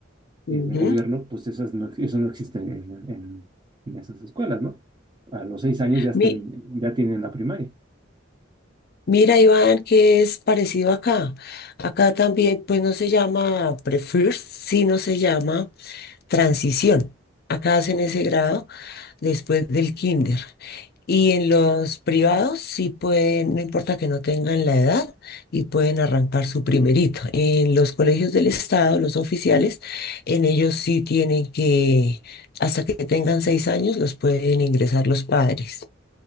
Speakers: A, on the left; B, on the right.
A: ujú.
B: eh, de gobierno, pues esas no, eso no existe en, en- en esas escuelas, ¿no? A los seis años ya, estén,
A: Mi-
B: ya tienen la primaria.
A: mira, Iván, que es parecido acá. Acá también, pues no se llama Prefirst, sí, no se llama. transición. Acá hacen ese grado después del kinder. Y en los privados sí pueden, no importa que no tengan la edad, y pueden arrancar su primerito. En los colegios del estado, los oficiales, en ellos sí tienen que, hasta que tengan seis años, los pueden ingresar los padres.